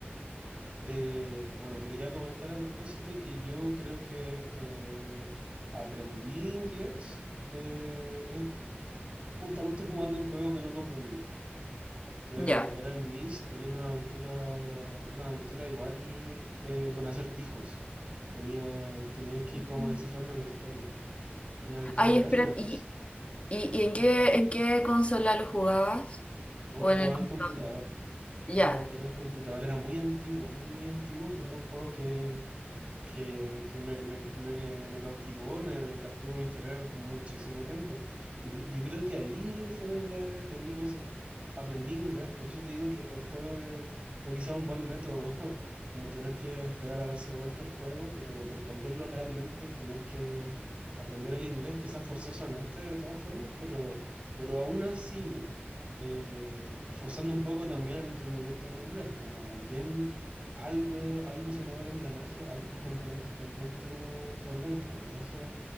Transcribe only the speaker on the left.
Ya.
Mm.
Ay,
espera,
¿y, y, y en qué,
en qué consola lo jugabas?
¿O
en el computador?
Ya.